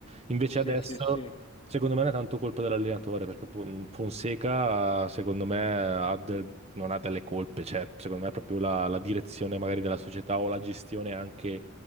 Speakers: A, on the right (about 30°); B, on the left (about 25°).
A: Invece
B: sì,
A: adesso...
B: sì, sì,
A: Secondo me non è tanto colpa dell'allenatore, perché Pon- Fonseca, secondo me, ha del- non ha delle colpe, cioè, secondo me è proprio la, la direzione magari della società o la gestione anche